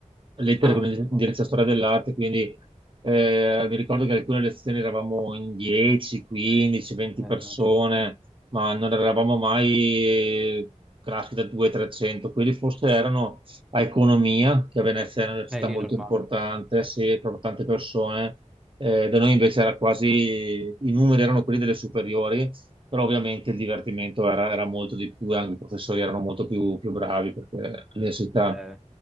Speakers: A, on the right; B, in the centre.
A: lettere
B: Ah,
A: con indirizzo
B: wow.
A: a storia dell'arte, quindi eh, mi ricordo che alcune lezioni eravamo in 10, 15, 20
B: Eh,
A: persone,
B: immagino.
A: ma non eravamo mai classi da 200-300. Quelli forse erano a economia, che a Venezia è un'università
B: Eh, lì
A: molto
B: è normale.
A: importante, sì, per tante persone. Eh, da noi invece era quasi, i numeri erano quelli delle superiori però ovviamente il divertimento
B: Mhm.
A: era, era molto di più, e anche i professori erano molto più, più bravi perché all'università
B: Beh,